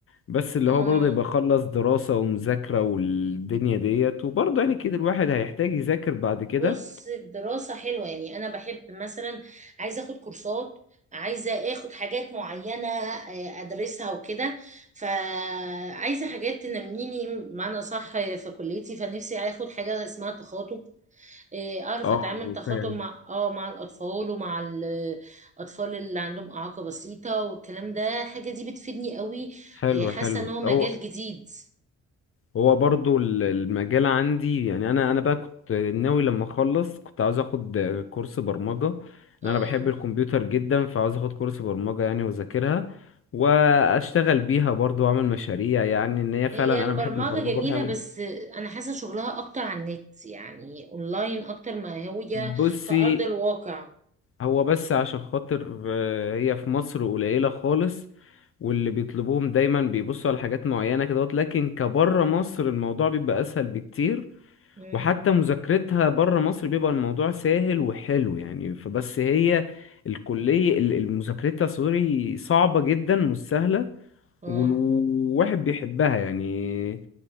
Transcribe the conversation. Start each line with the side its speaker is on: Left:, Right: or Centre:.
Left: بس اللي
Right: اه
Left: هو برضه يبقى خلص دراسة ومذاكرة والدنيا ديت وبرضه يعني كده الواحد هيحتاج يذاكر بعد كده
Right: بص الدراسة حلوة يعني أنا بحب مثلا عايزة أخد كورسات عايزة أخد حاجات معينة آه، أدرسها وكده فعايزة حاجات تنميني معنى صح في كليتي فنفسي أخد حاجة اسمها تخاطب آه، أعرف
Left: اه
Right: أتعامل تخاطب
Left: فاهم
Right: مع اه مع الأطفال ومع الأطفال اللي عندهم إعاقة بسيطة والكلام ده الحاجة دي بتفيدني قوي
Left: حلو
Right: آه، حاسة
Left: حلو
Right: إن هو مجال
Left: هو
Right: جديد
Left: هو برضو ال- المجال عندي يعني انا انا بقى كنت ناوي لما اخلص كنت عاوز اخد كورس برمجة
Right: اه
Left: لان انا بحب الكمبيوتر جدا فعاوز اخد كورس برمجة يعني واذاكرها واشتغل بيها برضو واعمل مشاريع يعني ان هي فعلا
Right: هي البرمجة
Left: انا بحب البرمجة
Right: جميلة
Left: بحب
Right: بس أنا حاسة شغلها أكتر على النت يعني أونلاين أكتر ما هي
Left: بصي
Right: في أرض الواقع
Left: هو بس عشان خاطر آه، هي في مصر قليلة خالص واللي بيطلبوهم دايما بيبصوا على حاجات معينة كده لكن كبره مصر الموضوع بيبقى اسهل بكتير
Right: مم.
Left: وحتى مذاكرتها بره مصر بيبقى الموضوع سهل وحلو يعني فبس هي الكلية ال- المذاكرتها سوري صعبة جدا مش سهلة
Right: اه
Left: والواحد بيحبها يعني